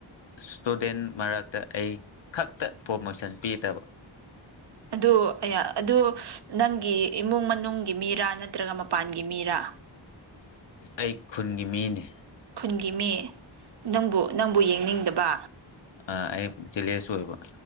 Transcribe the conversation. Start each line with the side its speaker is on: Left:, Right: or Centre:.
Left: ꯏꯁꯇꯨꯗꯦꯟ ꯃꯔꯛꯇ ꯑꯩ ꯈꯛꯇ ꯄ꯭ꯔꯣꯃꯣꯁꯟ ꯄꯤꯗꯕ
Right: ꯑꯗꯨ ꯑꯥꯌꯥ ꯑꯗꯨ ꯅꯪꯒꯤ ꯏꯃꯨꯡ-ꯃꯅꯨꯡꯒꯤ ꯃꯤꯔꯥ ꯅꯠꯇ꯭ꯔꯒ ꯃꯄꯥꯟꯒꯤ ꯃꯤꯔꯥ
Left: ꯑꯥꯑꯩ ꯈꯨꯟꯒꯤ ꯃꯤꯅꯤꯢ
Right: ꯈꯨꯟꯒꯤ ꯃꯤ ꯅꯪꯕꯨꯅꯪꯕꯨ ꯌꯦꯡꯅꯤꯡꯗꯕ
Left: ꯑꯥ ꯑꯩ ꯆꯦꯂꯦꯁꯨ ꯑꯣꯏꯕ